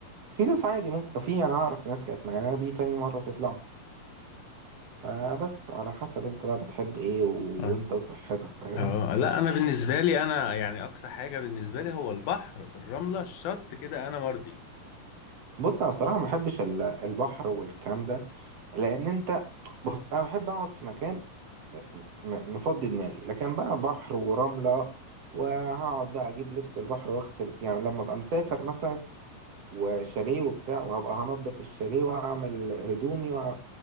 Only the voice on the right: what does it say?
في ناس عادي ممكن في انا اعرف ناس كانت معانا دي تاني مره تطلع فبس على حسب انت بقى بتحب ايه و...
وانت وصحتك فاهم
بص انا بصراحه ما بحبش ال- البحر والكلام ده لان انت بص انا بحب اقعد في مكان م- مفضي دماغي لكن بقى بحر ورملة وهقعد بقى اجيب لبس البحر واغسل يعني لما ابقى مسافر مثلا وشاليه وبتاع وهبقى هنضف الشاليه واعمل هدومي وأع... ما